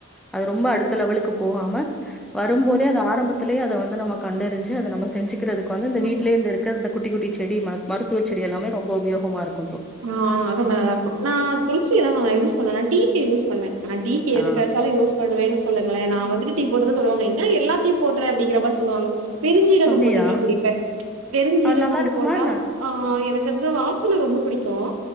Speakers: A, in the centre; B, on the right.
A: அது ரொம்ப அடுத்த லெவலுக்கு போகாம வரும்போதே அது ஆரம்பத்திலேயே அத வந்து நம்ம கண்டெறிஞ்சு அத நம்ம செஞ்சிக் கிறதுக்கு வந்து இந்த
B: ஆமா.
A: வீட் ர்க அந்த குட்டி குட்டி செடி மர்த் மருத்துவ செடி எல்லாமே ரொம்ப உபயோகமாக இருக்கு
B: ஆஹ் அதும் நல்லாருக்கு நா துள்சி எதாவ் ஆஹ் யூஸ் பண்ணேனா டீக்கு யூஸ் பண்வேன் நா டீக்கு
A: ஆ
B: எதுக்காட்ச்சாலும் யூஸ் பண்ணுவேன்னு சொல்லுங்களேன் நா வந்துட்டு டீ போடுதா சொல்லுவாங்க என்ன எல்லா டீ போட்றேன் அப்டிங்கிற மாரி சொல்லுவாங்க பெருஞ்சீரகம்
A: அப்டியா
B: போட்டு டீ குடிப்பேன் பெருஞ்சீரகம்
A: அது நல்லா இருக்குமா
B: போட்டா
A: என்ன
B: ஆஹ் எனக்கந்த வாஸ்சன ரொம்பப் புடிக்கும்